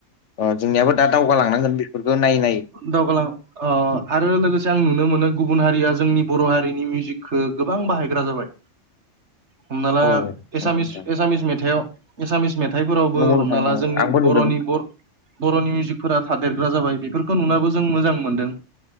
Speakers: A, on the left; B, on the right.
A: ओ जोंनिआबो दा दावगालांनांगोन बिफोरखो नायै नायै
B: दावगालां ओ आरो लोगोसे आं नुनो मोनो गुबुन हारिआ जोंनि बर' हारिनि मिउजिकखो गोबां बाहायग्रा जाबाय हमना ला
A: औ नंगौ
B: एसामिस
A: नोंथां
B: एसामिस मेथाइआव एसामिस मेथाइफोरावबो
A: नंगौ नोंथां
B: हमना
A: नंगौ
B: ला जोंनि
A: आंबो नुदों
B: बर'नि बर' बर'नि मिउजिकफोरा थादेरग्रा जाबाय बेफोरखौ नुना बो जों मोजां मोनदों